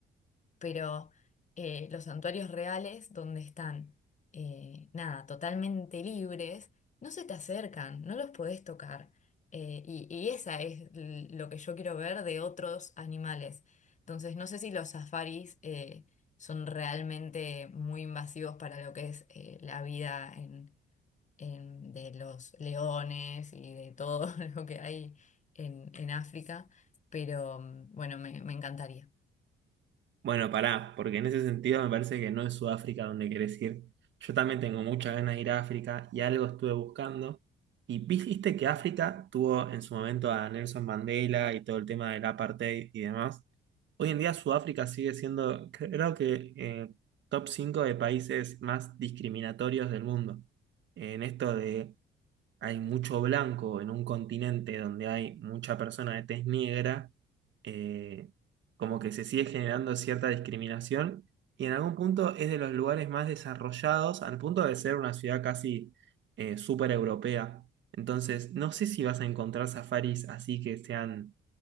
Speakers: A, on the left; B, on the right.
A: pero eh, los santuarios reales, donde están, eh, nada, totalmente libres, no se te acercan, no los podés tocar. eh, y, y esa es l- lo que yo quiero ver de otros animales. Entonces, no sé si los safaris eh, son realmente muy invasivos para lo que es eh, la vida em, de los leones y de todo <laughs> lo que hay en, en África, pero mm, bueno, me, me encantaría.
B: Bueno, pará, porque en ese sentido me parece que no es Sudáfrica donde querés ir. Yo también tengo muchas ganas de ir a África y algo estuve buscando. Y viste que África tuvo en su momento a Nelson Mandela y todo el tema del apartheid y demás. Hoy en día Sudáfrica sigue siendo, creo que, eh, top 5 de países más discriminatorios del mundo. En esto de hay mucho blanco en un continente donde hay mucha persona de tez negra, eh, como que se sigue generando cierta discriminación y en algún punto es de los lugares más desarrollados al punto de ser una ciudad casi eh, súper europea. Entonces, no sé si vas a encontrar safaris así que sean